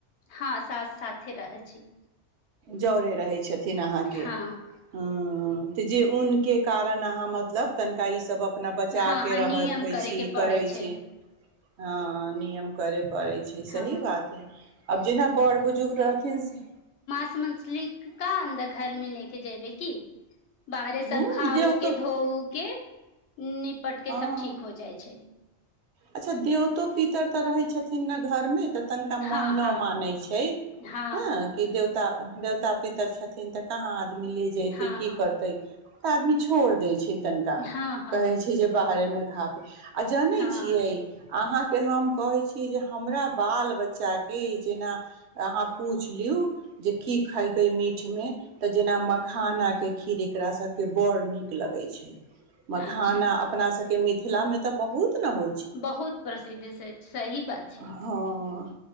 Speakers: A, on the left; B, on the right.
A: हँ सास साथे रहै छी
B: जरे रहैत छथिन अहाँके
A: हँ
B: हं हं त जे ऊन के कारण अहाँ मतलब तनिका ई सभ अपना बचाके
A: हँ हँ
B: रहखै
A: नियम करे
B: छी
A: के पड़ै
B: करै
A: छै
B: छी हँ नियम करे करै छै सही
A: हँ
B: बात हइ आब जेना बड़ बुजुर्ग रहथिन से
A: मछलीक का अन्दर घर मे ले के जयबै की बाहरे सब
B: ह
A: खाउ
B: देव
A: के
B: तो
A: धो उ के निपट के
B: हँ
A: सब ठीक हो जाइ छै
B: अच्छा देवतो पितर तऽ रहै छथिन न घरमे त तनका
A: हँ
B: मन न
A: हँ
B: मानै छै
A: हँ
B: हं कि देवतो त देवता पितर छथिन तऽ कहाँ मिलै जैतै
A: हँ
B: की
A: हँ
B: करतै तऽ आदमी छोड़ दै छै तनिका
A: हँ हँ
B: कहै छी जे बाहरेमे <unintelligible> आ जानै
A: हँ
B: छी अहाँके हम कहैत छी जे हमरा बाल बच्चाके जेना अहाँ पूछि लियौ जे की खयबै मीठमे तऽ जेना मखानाके खीर एकरासभके बड़ नीक लगैत छै मखाना
A: अच्छा
B: अपनास बके मिथिलामे त बहुत न होय
A: बहुत प्रसिद्ध छै सही बात छै
B: हँ